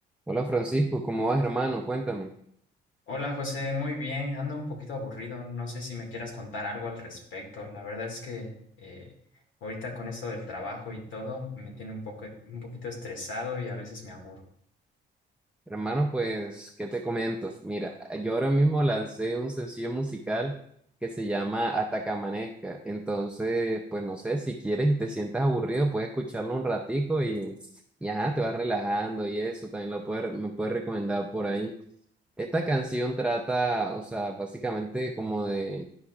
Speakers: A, in the centre; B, on the left.
A: Hola Francisco, ¿cómo vas, hermano? Cuéntame.
B: Hola José, muy bien, ando un poquito aburrido, no sé si me quieras contar algo al respecto. La verdad es que eh, ahorita con esto del trabajo y todo me tiene un poco, un poquito estresado y a veces me aburro.
A: Hermano, pues, ¿qué te comento? Mira, yo ahora mismo lancé un sencillo musical que se llama Hasta que amanezca. Entonces, pues no sé, si quieres y te sientas aburrido, puedes escucharlo un ratico y, y ajá, te vas relajando y eso, también lo puedes, me puedes recomendar por ahí. Esta canción trata, o sea, básicamente como de